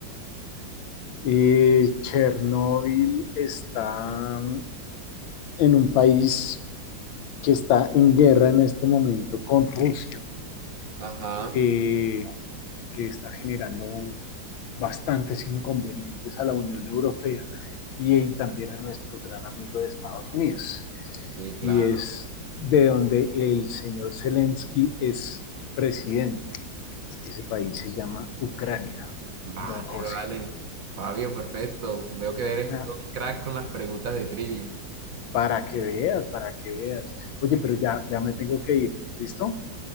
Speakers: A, on the left; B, on the right.
A: Eh, Chernóbil está en un país que está en guerra en este momento con Rusia,
B: Ajá,
A: eh, que está generando bastantes inconvenientes a la Unión Europea y, y también a nuestro gran amigo de Estados Unidos.
B: sí, claro.
A: Y es de donde el señor Zelensky es presidente. Ese país se llama Ucrania,
B: Vale,
A: don José.
B: vale. Fabio, perfecto. Veo que eres
A: Ah,
B: todo un crack con las preguntas de trivia.
A: Para que veas, para que veas. Oye, pero ya, ya me tengo que ir, ¿listo?